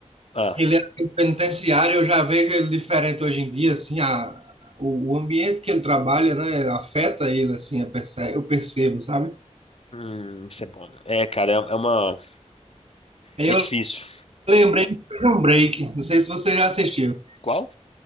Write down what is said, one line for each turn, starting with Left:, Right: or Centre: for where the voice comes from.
Left: ah.
Right: ele é um penitenciário, eu já vejo ele diferente hoje em dia, assim, a, o, o ambiente que ele trabalha, né, afeta ele, assim, eu percebo, eu percebo, sabe?
Left: Hum, isso é bom. É, cara, é é uma.
Right: Aí
Left: É
Right: eu
Left: difícil.
Right: lembrei de Prison Break, não sei se você já assistiu.
Left: Qual?